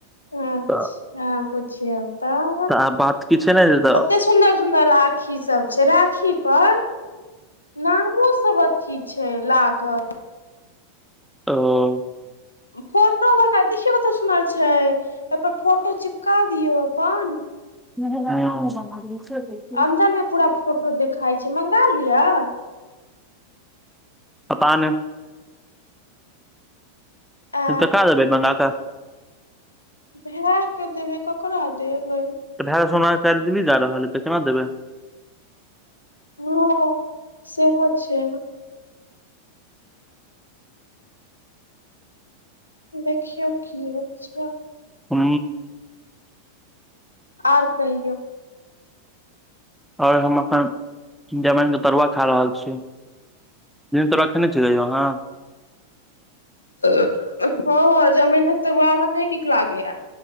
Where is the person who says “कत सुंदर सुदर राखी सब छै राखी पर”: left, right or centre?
Left